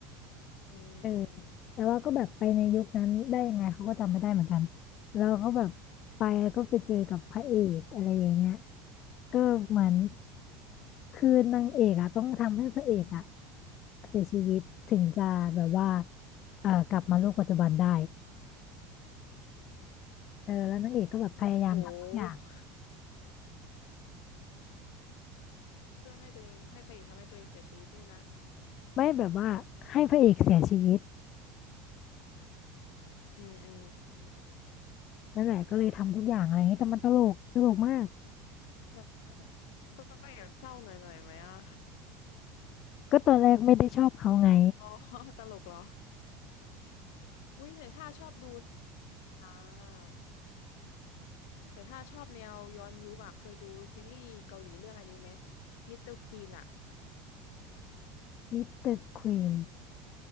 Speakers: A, on the left (about 80°); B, on the left (about 50°).
A: อืมอืม
B: เออแต่ว่าก็แบบไปในยุคนั้นได้ยังไงเขาก็จำไม่ได้เหมือนกันเราก็แบบไปแล้วก็ไปเจอกับพระเอกอะไรอย่างเงี้ย
A: อืม
B: ก็เหมือนคือนางเอกอะต้องทำให้พระเอกอะ
A: อืม
B: เสียชีวิตถึงจะแบบว่าเอ่อกลับมาโลกปัจจุบันได้เออแล้วนางเอกก็แบบพยายามทำทุกอย่าง
A: โห <laughs> เพื่อให้ตัวเองให้พระเอกทำให้ตัวเองเสียชีวิตเนี่ยนะ
B: ไม่แบบว่าให้พระเอกเสียชีวิต
A: อืมอืมอืม
B: นั่นแหละก็เลยทำทุกอย่างอะไรอย่างเงี้ยแต่มันตลกตลกมาก
A: มันก็แอบเศร้าหน่อยหน่อยไหมอ่ะ
B: ก็ตอนแรกไม่ได้ชอบเขาไง
A: อ๋อ <laughs> ตลกเหรออุ้ยแต่ถ้าชอบดูเนี่ยอ่าแต่ถ้าชอบแนวย้อนยุคอะเคยดูซีรีส์เกาหลีเรื่องอันนี้ไหมมิสเตอร์ควีนอะ
B: มิสเตอร์ควีน